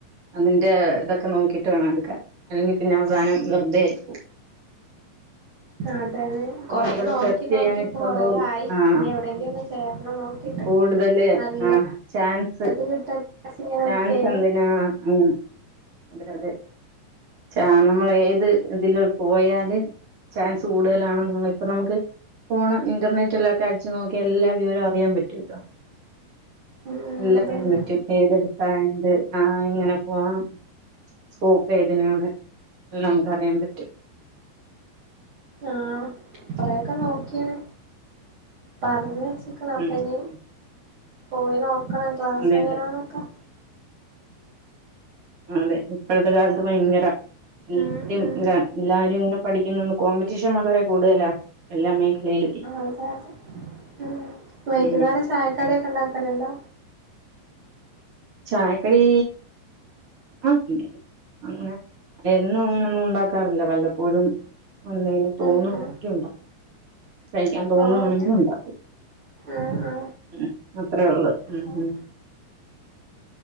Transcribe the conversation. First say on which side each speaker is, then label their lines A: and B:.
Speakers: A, on the right (about 35°); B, on the right (about 70°).
A: അതിന്റെ ഇതൊക്കെ നോക്കിട്ട് വേണം എടുക്കാൻ അല്ലെങ്കിൽ പിന്നെ അവസാനം വെറുതെ ആയി പോവും
B: അതന്നെ
A: അപ്പൊ
B: കൊറേ
A: നമുക്കത്
B: നോക്കി
A: സെർച്ച് ചെയ്യാൻ
B: നോക്കി ഇപ്പൊ
A: ഇഷ്ടം
B: കൊറേ
A: പോലെ
B: ആയി
A: ആഹ്
B: ഇനി എവിടെങ്കിലും ഒന്ന് ചേരണം നോക്കിട്ട്
A: കൂടുതല്
B: നല്ലത്
A: ആഹ് ചാൻസ്
B: കിട്ടാൻ ഇങ്ങനെ
A: ചാൻസ്
B: നിക്കേന്
A: എന്തിനാ ഉം അതെ അതെ ചാ നമ്മള് ഏത് ഇതില് പോയാല് ചാൻസ് കൂടുതലാണെന്നുള്ള ഇപ്പൊ നമുക്ക് ഫോണ് ഇന്റർനെറ്റിലൊക്കെ അടിച്ചു നോക്കിയാ എല്ലാ വിവരവും അറിയാൻ പറ്റുവല്ലോ
B: ഉം
A: എല്ലാം
B: അതന്നെ
A: അറിയാൻ പറ്റും ഏതെടുത്താ എന്ത് ആഹ് എങ്ങനെ പോവാം സ്കോപ്പ് ഏതിനാണ് നമുക്കറിയാൻ പറ്റും
B: ആഹ് കൊറെയൊക്കെ നോക്കീണ് പറഞ്ഞ് വെച്ച്ക്ക്ണ് അപ്പ
A: ഉം
B: ഇനി
A: ഉം
B: പോയി നോക്കണം ക്ലാസ്
A: അതെ
B: എങ്ങനാന്നൊക്കെ
A: അതെ അതെ ഇപ്പോഴത്തെ കാലത്ത് ഭയങ്കര എല്ലാരും
B: ഉം ഉം
A: ഇല്ല എല്ലാരും ഇങ്ങനെ പഠിക്കുന്ന കോമ്പറ്റീഷൻ വളരെ കൂടുതലാ എല്ലാ മേഖലയിലും
B: അതെ അതെ ഉം വൈകുന്നേരം
A: ഉം
B: ചായക്കടിയൊക്കെ ഇണ്ടാക്കലുണ്ടോ
A: ചായക്കടി ആ അങ്ങനെ എന്നും അങ്ങനൊന്നും ഉണ്ടാക്കാറില്ല വല്ലപ്പോഴും എന്തെങ്കിലും തോന്നുവാണെങ്കിൽ
B: ഉം ഉം
A: ഉണ്ടാക്കും കഴിക്കാൻ തോന്നുവാണെങ്കിൽ
B: ഓഹ് അങ്ങനെ
A: ഉണ്ടാക്കും
B: ആഹ്
A: ഉം. അത്രേ ഉള്ളൂ ഉം
B: ആഹ്
A: ഉം